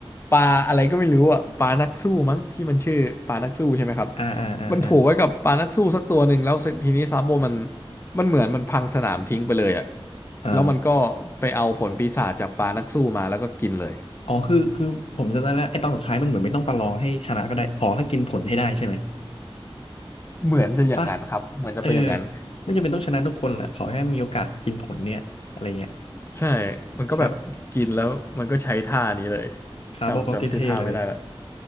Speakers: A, on the left (about 25°); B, on the left (about 70°).
A: ปลาอะไรก็ไม่รู้อ่ะปลานักสู้มั้งที่มันชื่อปลานักสู้ใช่ไหมครับ
B: อ่าอ่าอ่าอ่า
A: มันผูกไว้กับปลานักสู้สักตัวหนึ่งแล้วทีนี้ซาโบมันมันเหมือนมันพังสนามทิ้งไปเลยอ่ะ
B: อ๋อ
A: แล้วมันก็ไปเอาผลปีศาจจากปลานักสู้มาแล้วก็กินเลย
B: อ๋อคือคือผมจำได้แล้วไอ้ตอนสุดท้ายมันเหมือนไม่ต้องประลองให้ชนะก็ได้ขอให้กินผลให้ได้ใช่ไหม
A: เหมือนจะอย่างนั้นครับเหมือนจะเป็นอย่างนั้น
B: ปะเออไม่จำเป็นต้องชนะทุกคนแหละขอแค่มีโอกาสกินผลเนี่ยอะไรเงี้ย
A: ใช่มันก็แบบกินแล้วมันก็ใช้ท่านี้เลย
B: ซาซาโบก็เท่ๆเลย
A: จำจำชื่อท่าไม่ได้ละ